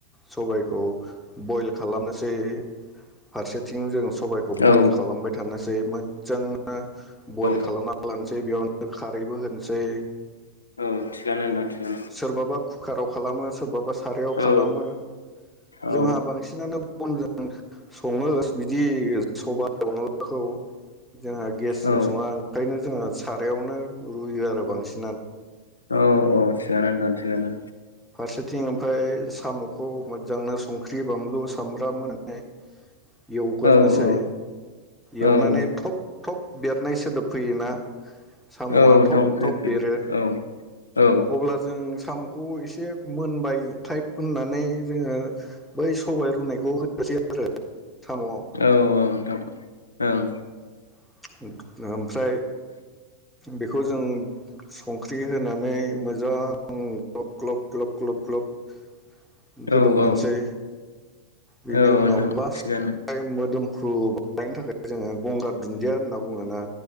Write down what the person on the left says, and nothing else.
औ
औ
औ थिगानो नोंथां थिगानो
औ
औ
औ
औ अ थिगानो नोंथां थिगानो
औ औ
औ
औ नोंथां
फैयो
फैयो औ
औ औ नोंथां औ ओं
औ
औ
औ
नोंथां
थिगानो